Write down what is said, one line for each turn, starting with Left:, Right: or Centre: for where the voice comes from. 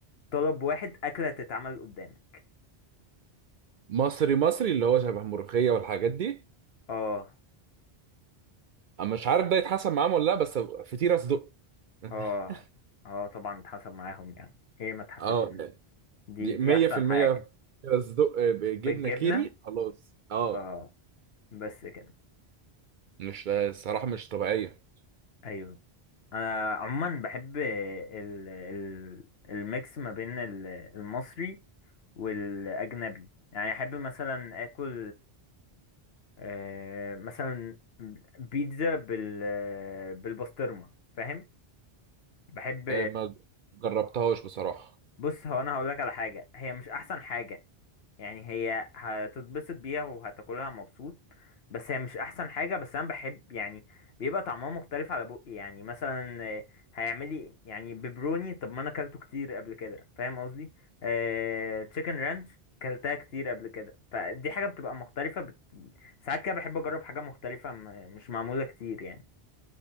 Left: طلب واحد أكلة تتعمل قدامك
Right: مصري مصري اللي هو شبه ملوخيه والحاجات دي
Left: اه
Right: أنا مش عارف ده يتحسن معاهم ولا لا بس فطيره صدق <laughs>
Left: اه اه طبعا اتحسب معاهم يعني ايه ما تحسبش
Right: اه
Left: معاهم دي
Right: دي
Left: دي
Right: 100%
Left: أحسن جميل حاجة
Right: فطيره صدق بجبنه
Left: بالجبنة
Right: كيري خلاص اه
Left: اه بس كده
Right: مش الصراحة مش طبيعية
Left: أيوه أنا عموما بحب ال ال الميكس ما بين ال- المصري والأجنبي يعني أحب مثلا آكل آه، مثلا بيتزا بال بالبسطرمة فاهم بحب
Right: آه، ما جربتهاش بصراحة
Left: بص هو انا هقول لك على حاجه هي مش احسن حاجه يعني هي هتتبسط بيها وهتاكلها مبسوط بس هي مش احسن حاجة بس انا بحب يعني بيبقى طعمها مختلف على بقي يعني مثلا آه، هيعملي يعني بيبروني طب ما انا اكلته كتير قبل كده فاهم قصدي آه تشيكن رانش كلتها كتير قبل كده فدي حاجة بتبقى مختلفة بت... ساعات كده بحب اجرب حاجة مختلفة م- مش معمولة كتير يعني